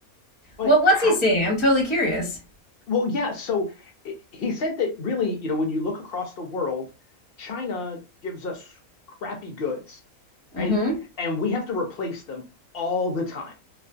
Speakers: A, on the left (about 60°); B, on the left (about 25°).
A: But
B: What was
A: how,
B: he saying? I'm totally curious.
A: Well, yeah. So i- he said that really, you know, when you look across the world, China gives us crappy goods, right?
B: Mm-hmm.
A: And we have to replace them all the time.